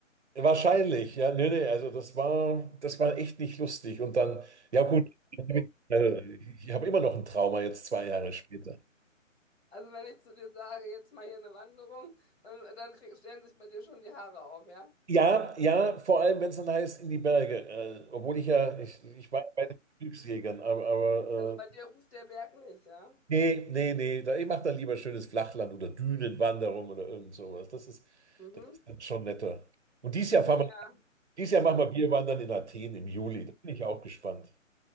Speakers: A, on the right; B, on the left.
A: Wahrscheinlich, ja, nee, nee, also das war, das war echt nicht lustig. Und dann, ja gut, dann hab ich, also ich habe immer noch ein Trauma jetzt zwei Jahre später.
B: Also wenn ich zu dir sage, jetzt mal hier eine Wanderung, dann, dann krieg, stellen sich bei dir schon die Haare auf, ja?
A: Ja, ja, vor allem, wenn es dann heißt, in die Berge. Äh, obwohl ich ja, ich, ich war ja bei den Glücksjägern, aber, aber
B: Also bei dir
A: äh,
B: ruft der Berg nicht, ja?
A: nee, nee, nee, da, ich mache dann lieber schönes Flachland oder Dünenwanderung oder irgend sowas. Das ist,
B: Mhm.
A: das ist dann schon netter. Und dieses Jahr
B: Ja,
A: fahren wir, dieses Jahr machen
B: also,
A: wir Bierwandern in Athen im Juli. Da bin ich auch gespannt.